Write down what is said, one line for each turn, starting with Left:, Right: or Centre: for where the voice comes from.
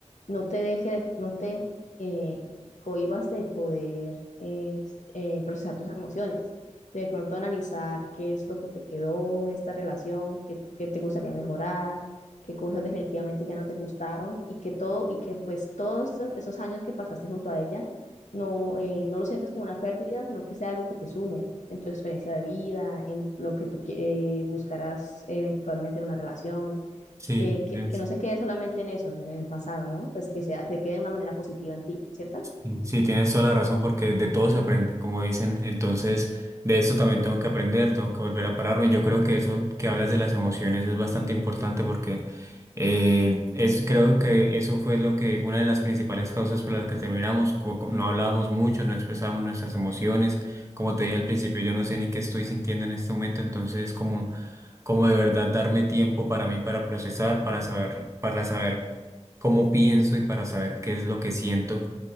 Left: no te deje, de- no te eh, cohibas de poder eh, eh, procesar tus emociones, de pronto analizar qué es lo que te quedó de esta relación, qué, qué te gustaría mejorar, qué cosas definitivamente ya no te gustaron y que todo, y que pues todos estos- esos años que pasaste junto a ella no, eh, no lo sientas como una pérdida, sino que sea algo que te sume en tu experiencia de vida, en lo que tú que- eh, buscarás eventualmente en una relación,
Right: sí,
Left: que,
Right: tienes-
Left: que, que no se quede solamente en eso, en el pasado, ¿no? Pues que sea, que quede de una manera positiva en ti, ¿cierto?
Right: Sí, sí, tienes toda la razón porque de todo se aprende, como dicen. Entonces, de eso también tengo que aprender, tengo que volver a pararme. Yo creo que eso que hablas de las emociones es bastante importante porque eh, es, creo que eso fue lo que, una de las principales causas por las que terminamos, como co- no hablábamos mucho, no expresábamos nuestras emociones. Como te dije al principio, yo no sé ni qué estoy sintiendo en este momento, entonces como, como de verdad darme tiempo para mí, para procesar, para saber, para saber cómo pienso y para saber qué es lo que siento